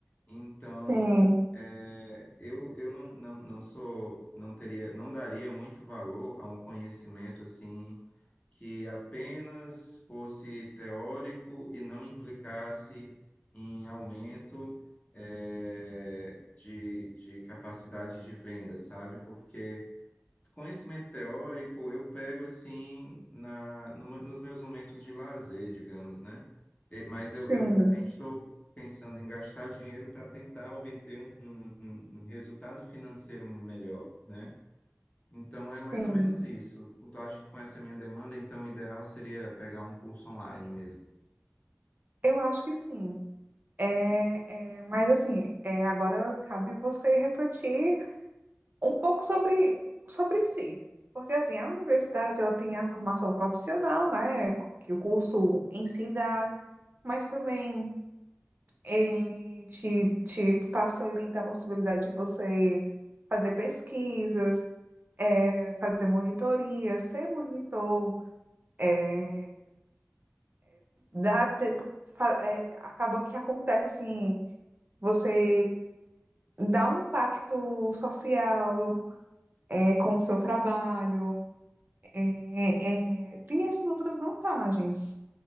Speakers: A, on the left; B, on the right.
A: Então,
B: Sim,
A: é, eu, eu não, não, não sou, não teria, não daria muito valor a um conhecimento assim que apenas fosse teórico e não implicasse em aumento, é, de, de capacidade de venda, sabe? Porque Conhecimento teórico eu pego assim na, numa- nos meus momentos de lazer, digamos, né? Eh, Mas eu,
B: sim,
A: eu realmente estou pensando em gastar dinheiro para tentar obter um, um- um- um resultado financeiro melhor, né? Então é
B: sim.
A: mais ou menos isso. Eu acho que com essa minha demanda, então o ideal seria pegar um curso online mesmo.
B: Eu acho que sim. É, é, mas assim, é, agora cabe você refletir um pouco sobre, sobre si. Porque assim, a universidade ela tem a formação profissional, né, que o curso em si dá, mas também Ele te, te facilita a possibilidade de você fazer pesquisas, eh, fazer monitoria, ser monitor, é, dá, te- fa- eh, acaba que acontece assim, você dá um impacto social, eh, com o seu trabalho, eh, eh, tem essas outras vantagens.